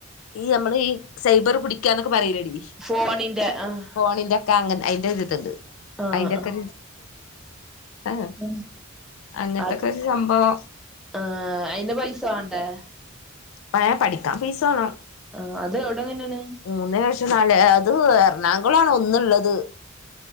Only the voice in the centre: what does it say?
ഫോണിന്റെ ആഹ്
ആഹ്
ആഹ്
അത്
ആഹ് അയിന് പൈസ വേണ്ടേ
ആഹ് അത് അവടെങ്ങനെണ്